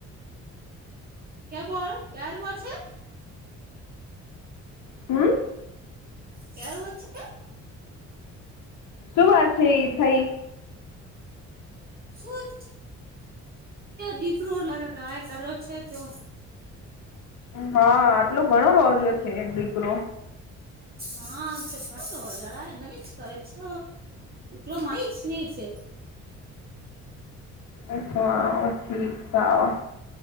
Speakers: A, on the right; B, on the left.
A: કયા બોલ ક્યાર પો છે
B: હમ.
A: ક્યારે વચ્ચે.
B: શું વાત છે થઈ.
A: શું દીકરો લરે હ કર્યો છે તો
B: હા આટલો ઘણો રોજ્યો છે દીકરો.
A: હા તો લડાઈ ગણી જ કરે છે નો માહીજ ને છે.
B: અચ્છ ઠીક વા